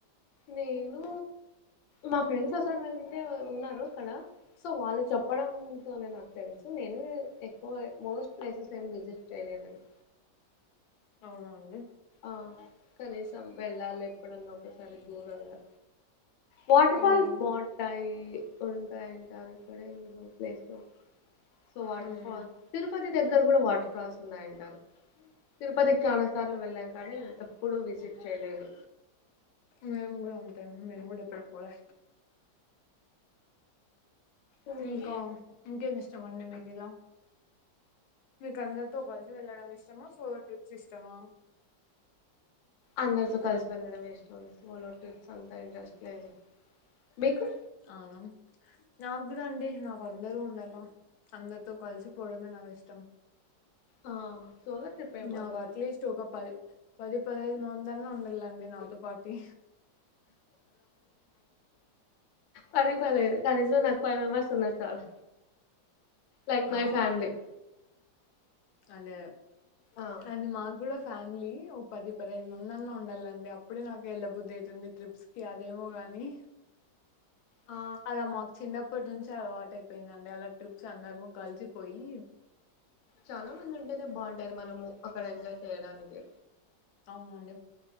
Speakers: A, on the left; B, on the left.
A: నేను మా ఫ్రెండ్స్ ఒకసారి వెళ్ళింటే ఉన్నారు అక్కడ సో వాళ్ళు చెప్పడంతోనే నాకు తెలుసు నేను ఎక్కువ మోస్ట్ ప్లేసస్ ఏ విసిట్ చేయలేదండి
B: అవునండి
A: ఆ కనీసం వెళ్ళాలి ఎప్పుడన్నా ఒకసారి దూరంగా వాటర్
B: ఉమ్
A: ఫాల్స్ బాంటాయి ఉంటాయంటారు ఇక్కడ ఏదో place so waterfall
B: um
A: Tirupati దగ్గ ఇరు కూడా వాటర్ ఫాల్స్ ఉన్నాయంటారు తిరుపతికి చాలా సార్లు వెళ్ళాను కానీ ఎప్పుడూ విజిట్ చేయలేదు
B: మేము కూడా అంత మెంకూడ ఎప్పుడూ పోలే
A: మ్మ్.
B: ఇంకా ఇంకేం ఇష్టం అండి మీదిలా మీక అందరితో కలిసి వెళ్ళడం ఇష్టమా సో ట్రిప్స్ ఇష్టమా
A: అందరితో కలిసి వెళ్ళడం ఇష్టం సోలో ట్రిప్స్ అంత ఇంట్రెస్ట్ లేదు మీకు
B: అవునా నా కూడా అండి నాకు అందరూ ఉ అలా అందరితో కలిసి పోవడమే నాకు ఇష్టం
A: ఆ సోలో ట్రిప్ ఏం
B: నాకు
A: పోతాం
B: అట్లీస్ట్ ఒక పది పది పదహైదు మంద అన్న ఉండాలండి నాతో పాటు
A: పది పదయిదు కనీసం నాకు ఫైవ్ మెంబెర్స్ ఉన్నా చాలా లైక్
B: ఆ
A: మై ఫ్యామిలీ
B: అదే
A: ఆ
B: అది మాకు కూడా ఫ్యామిలీ ఓ పది పదిహేదు మంద అన్నా ఉండాలండి ఇప్పుడే నాకు ఎళ్ళబుద్ది అవుతుంది ట్రిప్స్ కి అదేమో గాని
A: ఆ
B: అలా మకు చిన్నప్పు ఇప్పటి నుంచి అలవాటు అయిపోయిందండి అలా ట్రిప్స్ అందరము కలిసిపోయి
A: చాలా మంది ఉంటేనే బాగుంటాది మనము అక్కడ ఎంజాయ్ చేయడానికి
B: అవునండి